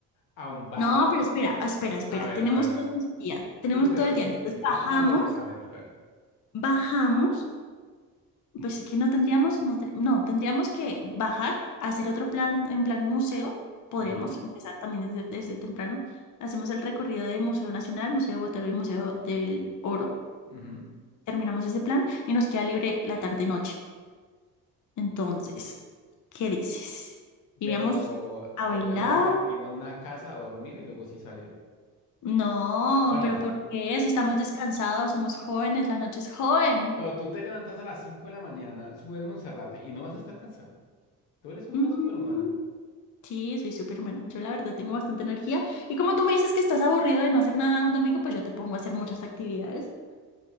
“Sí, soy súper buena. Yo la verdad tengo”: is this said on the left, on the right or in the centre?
Left